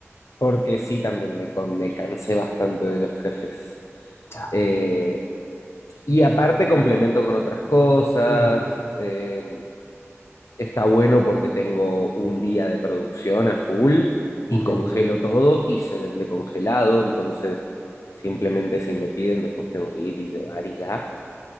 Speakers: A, on the left (about 85°); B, on the left (about 55°).
A: porque sí, también me, con- me cansé bastante de los jefes.
B: Ya.
A: Eh, y aparte complemento con otras cosas.
B: mm,
A: eh, está bueno porque tengo un día de producción a full y
B: muy
A: congelo
B: bien.
A: todo y se vende congelado, entonces simplemente si me piden después tengo que ir y llevar y ya.